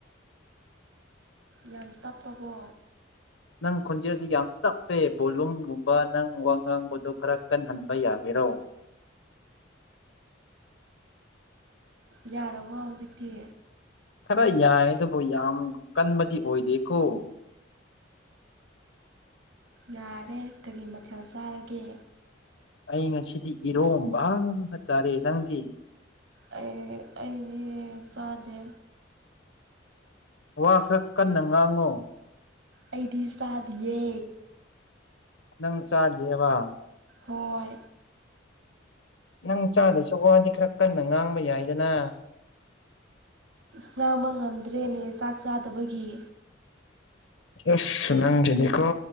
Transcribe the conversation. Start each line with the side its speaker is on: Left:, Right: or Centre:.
Right: ꯌꯥꯝ ꯇꯞꯄꯕꯣ
Left: ꯅꯪ ꯈꯣꯟꯖꯦꯜꯁꯤ ꯌꯥꯝ ꯇꯞꯄꯦ ꯕꯣꯂꯨꯝꯒꯨꯝꯕ ꯅꯪ ꯋꯥ ꯉꯥꯡꯕꯗꯣ ꯈꯔ ꯀꯟꯍꯟꯕ ꯌꯥꯒꯦ ꯂꯧꯣꯑꯣ
Right: ꯌꯥꯔꯕꯣ ꯍꯧꯖꯤꯛꯇꯤ
Left: ꯈꯔ ꯌꯥꯏ ꯑꯗꯨꯕꯨ ꯌꯥꯝ ꯀꯟꯕꯗꯤ ꯑꯣꯏꯗꯦꯀꯣ
Right: ꯌꯥꯔꯦ ꯀꯔꯤ ꯃꯊꯦꯜ ꯆꯥꯔꯒꯦ
Left: ꯑꯩ ꯉꯁꯤꯗꯤ ꯏꯔꯣꯕꯒ ꯆꯔꯦ ꯅꯪꯗꯤ
Right: ꯑꯩ ꯑꯩꯗꯤ ꯆꯥꯗꯦ
Left: ꯋꯥ ꯈꯔ ꯀꯟꯅ ꯉꯥꯡꯉꯨ
Right: ꯑꯩꯗꯤ ꯆꯥꯗꯌꯦ
Left: ꯅꯪ ꯆꯖꯦꯕꯥ
Right: ꯍꯣꯏ
Left: ꯅꯪ ꯆꯥꯗꯁꯨ ꯋꯥꯗꯤ ꯈꯔ ꯀꯟꯅ ꯉꯥꯡꯕ ꯌꯥꯏꯗꯅ
Right: ꯉꯥꯡꯕ ꯉꯝꯗ꯭ꯔꯦꯅꯦ ꯆꯥꯛ ꯆꯥꯗꯕꯒꯤ
Left: ꯑꯁ ꯅꯪꯁꯤꯗꯤꯀꯣ